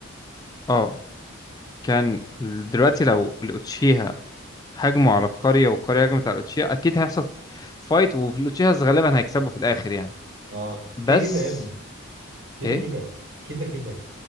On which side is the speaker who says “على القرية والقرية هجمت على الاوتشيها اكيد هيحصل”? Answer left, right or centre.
Left